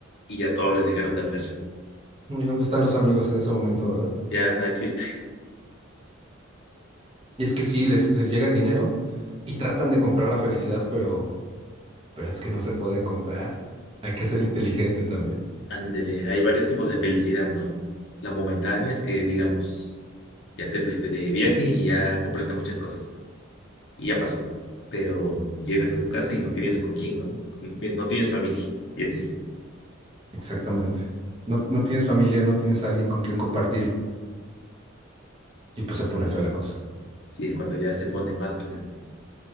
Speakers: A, on the left (about 60°); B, on the right (about 30°).
A: Y ya todos les dejaron de hablar.
B: ¿Y dónde están los amigos en ese momento, verdad?
A: Ya no existe. <laughs>
B: Y es que sí, les, les llega el dinero y tratan de comprar la felicidad, pero, pero es que no se puede comprar. Hay que ser
A: Sí,
B: inteligente también.
A: ándele, hay varios tipos de felicidad, ¿no? La momentánea es que, digamos, ya te fuiste de viaje y ya compraste muchas cosas y ya pasó. Pero llegas a tu casa y no tienes con quién, ¿no? No tienes no tienes familia y así.
B: Exactamente. No, no tienes familia, no tienes alguien con quien compartirlo y pues se pone fea la cosa.
A: Sí, es cuando ya se pone más. Pero,